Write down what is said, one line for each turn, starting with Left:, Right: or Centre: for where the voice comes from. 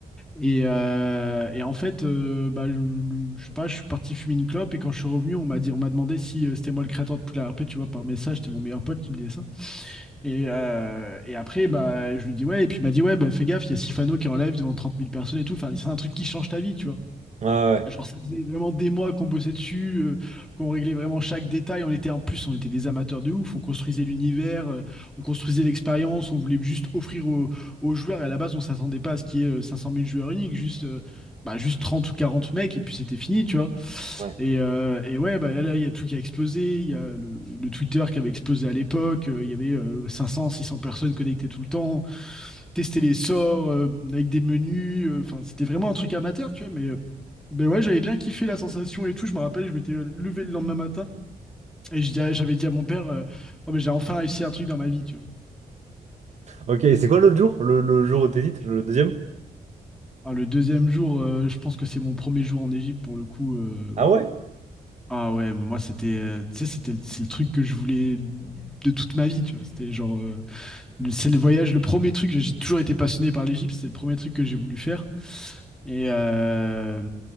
Centre: Et, euh, et en fait, euh, bah, je, je sais pas, je suis parti fumer une clope et quand je suis revenu, on m'a dit, on m'a demandé si euh, c'était moi le créateur de Poudlard RP, tu vois, par message, c'était mon meilleur pote qui me disait ça. Et, euh, et après, bah, je lui dis ouais, et puis il m'a dit ouais, bah, fais gaffe, il y a Sifano qui est en live devant trente mille personnes et tout. Enfin, c'est un truc qui change ta vie, tu vois.
Right: ouais.
Centre: Genre, ça faisait vraiment des mois qu'on bossait dessus, euh, qu'on réglait vraiment chaque détail. On était en plus, on était des amateurs de ouf. On construisait l'univers, euh, on construisait l'expérience. On voulait juste offrir aux, aux joueurs. Et à la base, on s'attendait pas à ce qu'il y ait euh, 500 000 joueurs uniques, juste, euh, bah, juste 30 ou 40 mecs, et puis c'était fini, tu vois.
Right: ouais.
Centre: Et, euh, et ouais, bah, là, il y a tout qui a explosé. Il y a le, le Twitter qui avait explosé à l'époque. euh, Il y avait euh, 500, 600 personnes connectées tout le temps tester les sorts euh, avec des menus. euh, Enfin, c'était vraiment un truc amateur, tu vois. Mais, euh, ben ouais, j'avais bien kiffé la sensation et tout. Je me rappelle, je m'étais levé le lendemain matin et je dis à- j'avais dit à mon père, euh, Oh, mais j'ai enfin réussi un truc dans ma vie, tu vois.
Right: Ok, et c'est quoi l'autre jour? Le, le jour où t'hésites, le deuxième?
Centre: Alors, le deuxième jour, euh, je pense que c'est mon premier jour en Égypte pour le coup. euh,
Right: Ah ouais?
Centre: Ah ouais, moi c'était, euh, tu sais, c'était c'est le truc que je voulais de toute ma vie, tu vois. C'était genre, euh, le- c'est le voyage, le premier truc. J'ai toujours été passionné par l'Égypte, c'est le premier truc que j'ai voulu faire. Et, euh,